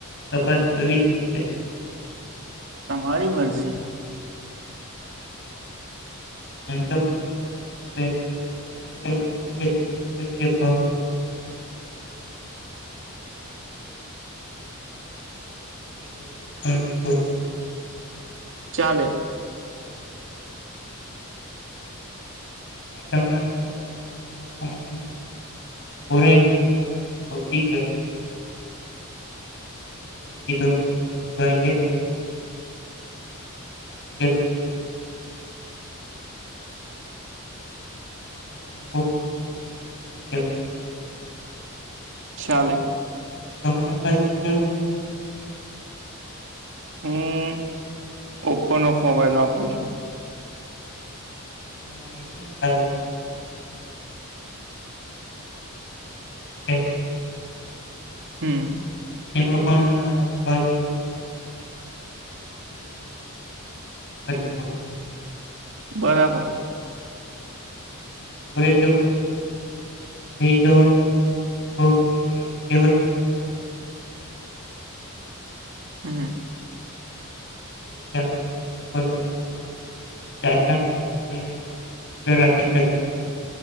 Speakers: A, on the left; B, on the right.
A: તપાસ કરવી આપડે
B: તમારી મરજી.
A: એમ તમારે તો વિ <inaudible> ચોક્કસ કરીએ ભાવ <inaudible> <inaudible> પણ હોય છે.
B: ચાલે.
A: કારણકે હમણાં શું ચોમાસ મારો ફોન બોડાઈ ગ્યો ને તો બગડી ગયો <inaudible> <inaudible> ભાઈએ. <inaudible> કરતા નવો ફોન લઈ જાય તો સારું કેવાય.
B: ચાલે.
A: તમારા પાસે કોય <inaudible>
B: હું ઓપો નો મોબાઈલ વાપરું છું.
A: હા એ પણ સારું કેવાય. <inaudible>
B: હમ્મ.
A: તેમાં પણ <inaudible> <unintelligible>
B: બરાબર.
A: <inaudible> <inaudible> લેવાય એમ.
B: હમ્મ.
A: <inaudible> <inaudible> અંદર રાખી શકીએ.